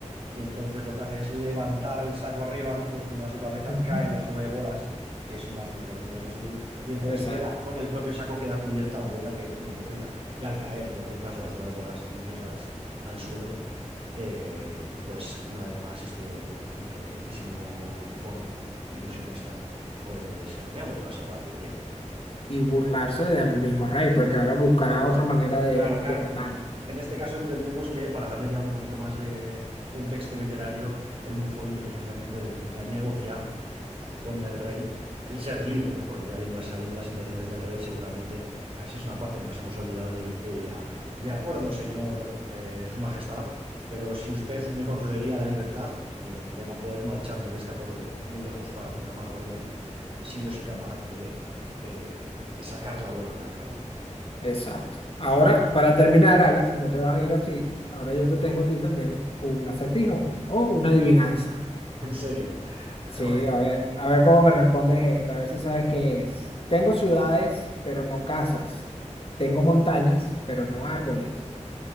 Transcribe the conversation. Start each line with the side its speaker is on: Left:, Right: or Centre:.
Right: y entonces lo que hace es levantar el saco arriba, ¿no? Por encima de su cabeza,
Left: ujú.
Right: caen las nueve bolas, que es más o menos lo mismo que has dicho tú, y entonces
Left: Exacto.
Right: queda, con el propio saco queda cubierta la bola que él tiene cogida. Y al caer, en cualquier caso, las nueve bolas negras al suelo, eh, pues una vez más este inteligentísimo bufón ilusionista, pues habría vuelto a salvar el pellejo.
Left: Y burlarse del mismo rey, porque ahora buscará otra manera de,
Right: Claro, claro.
Left: de matarlo.
Right: En, e- en este caso entendemos que para darle ya un poquito más de contexto literario, el bufón inteligentemente debería ya negociar con el rey el ser libre, ¿no? Porque ya viéndolas, sabiendo las intenciones del rey, seguramente a eso es una parte que nos hemos olvidado, le, le diría, de acuerdo, señor, eh, su majestad, pero si usted me concedería la libertad mm, de ma- poder marcharme de esta corte muy lejos para nunca más volver, si yo soy capaz de eh, sacar la bola blanca, ¿no? <laughs>
Left: Exacto. Ahora, para terminar, Alex, no te vas a ir así. Ahora yo te tengo a ti también un acertijo o una adivinanza.
Right: En serio. <laughs>
Left: Sí,
Right: A ver.
Left: a ver, a ver cómo me respondes esta, a ver si sabes qué es. Tengo ciudades, pero no casas. Tengo montañas, pero no árboles.